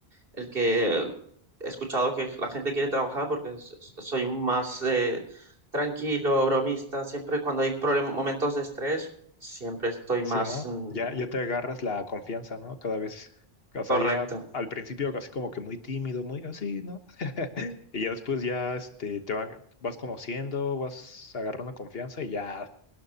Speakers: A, on the right; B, on the left.
A: el que he escuchado que la gente quiere trabajar porque s- s- soy un más eh, tranquilo, bromista, siempre cuando hay problemas, momentos de estrés, siempre estoy
B: Sí,
A: más
B: ¿no?
A: mm,
B: Ya, ya te agarras la confianza, ¿no? Cada vez, o sea,
A: correcto.
B: ya al principio casi como que muy tímido, muy así, ¿no? <laughs> Y ya después ya este, te va- vas conociendo, vas agarrando confianza y ya